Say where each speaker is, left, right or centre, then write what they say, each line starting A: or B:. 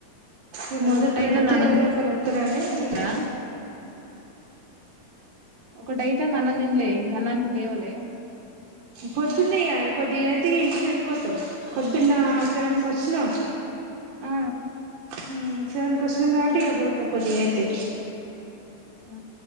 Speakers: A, on the right; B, on the right.
A: ఇగ
B: మరి
A: మొదల్
B: ఒకటి
A: బెడితే
B: అయితంది అన్న
A: ఎవరో ఒకర్ రొత్తరని ఇగ
B: రా ఒకటైతాంది అన్నం తిన్లే ఇంకా అన్నాని లేవలే
A: పొద్దున్నేయాయే కొద్దిగయితే ఇగ ఇంటికెళ్ళిపోతం. పొద్దున్నా సెవెకొచ్చినం
B: ఆ
A: మ్ సెవెకొచ్చినం కాబట్టీ ఇగ పోత కొద్దిగయితే
B: ఆ